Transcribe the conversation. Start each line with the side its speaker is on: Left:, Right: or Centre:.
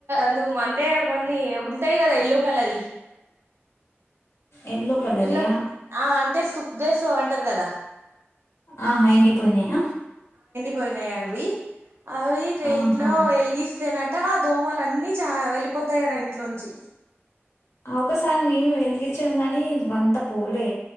Right: అందు అంటే కొన్ని ఉంటాయి కదా ఎయల్లో కలర్
Left: ఎల్లోో కలర్య
Right: ఎల్లో ఆ అంటే సుక్దేస్ అంటారు కదా
Left: ఆహా హడిపోయినాయ
Right: పోయినాయి ఊయి అవి ఇక
Left: ఆహా!
Right: ఇంట్లో వెలిగిస్తేనట్టు అంత దోమలు అన్నీ చ వెళ్ళిపోతాయి అంట ఇంట్లోంచి
Left: అకసారి మేము వెలిగించాము గాని అంతా పూలే